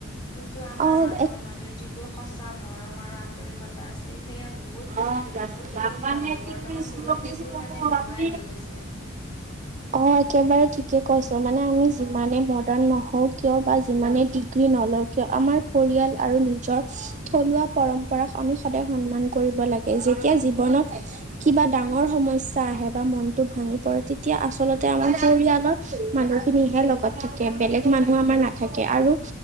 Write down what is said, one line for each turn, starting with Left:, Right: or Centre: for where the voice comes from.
Left: কিন্তু আমাৰ
Right: অ
Left: মানুহৰ মাজত যিটো সঁচা মৰম আৰু আন্তৰিকতা আছিল সেয়া বহুত মানে
Right: অাম যাম
Left: অতুলনীয়
Right: মানে
Left: আৰু
Right: কি
Left: বৰ্তমান
Right: কিছিললাম
Left: যুগত সেইবোৰ মানে নোহোৱাই
Right: ন
Left: হৈ গৈছে।
Right: অ একেবাৰে ঠিকে কৈছো মানে আমি যিমানে মডাৰ্ণ নহও কিয় বা যিমানে ডিগ্ৰী নলও <unintelligible> আমাৰ পৰিয়াল আৰু নিজৰ থলুৱা পৰম্পৰাক আমি সদায় সন্মান কৰিব লাগে। যেতিয়া জীৱনত কিবা ডাঙৰ সমস্যা আহে বা মনটো ভাঙি পৰে তেতিয়া আচলতে আমাৰ পৰিয়ালৰ মানুহখিনিহে লগত থাকে বেলেগ মানুহ আমাৰ নাথাকে আৰু